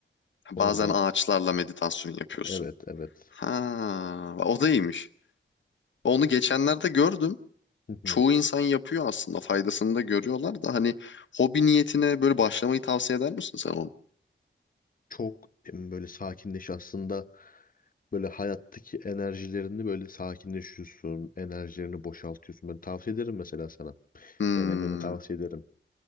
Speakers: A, on the left; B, on the left.
A: Bazen
B: Orada
A: ağaçlarla meditasyon yapıyorsun.
B: evet evet.
A: Ha, o da iyiymiş. Onu geçenlerde gördüm.
B: Hı hı.
A: Çoğu insan yapıyor aslında. Faydasını da görüyorlar da hani hobi niyetine böyle başlamayı tavsiye eder misin sen onu?
B: Çok em, böyle sakinleş aslında böyle hayattaki enerjilerini böyle sakinleşiyorsun. Enerjilerini boşaltıyorsun. Ben tavsiye ederim mesela sana.
A: Hmm.
B: Denemeni tavsiye ederim.